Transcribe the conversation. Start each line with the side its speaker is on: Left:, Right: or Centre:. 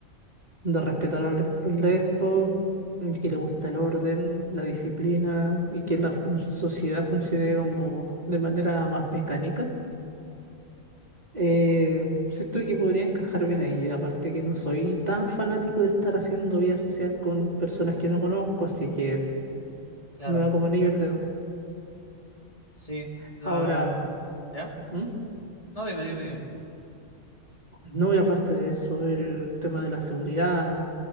Right: de respetar al, re- al resto, y que le gusta el orden, la disciplina y que la fun- sociedad funcione como de manera más mecánica Eh, siento que podría encajar bien ahí, aparte que no soy tan fanático de estar haciendo vida social con personas que no conozco, así que
Left: Claro,
Right: me va como anillo el dedo.
Left: sí. La...
Right: Ahora,
Left: ¿Ya?
Right: ¿Mm?
Left: No, dime, dime, dime.
Right: no, y aparte de eso, el tema de la seguridad,